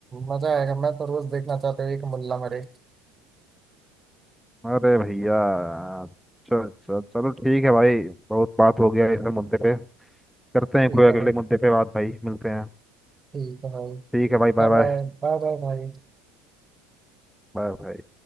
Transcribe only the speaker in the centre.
अरे भैया चल चल चलो ठीक है भाई बहुत बात हो गया इस मुद्दे पे करते हैं
कोई अगले
मुद्दे पे बात भाई मिलते हैं
ठीक है भाई Bye
bye
Bye bye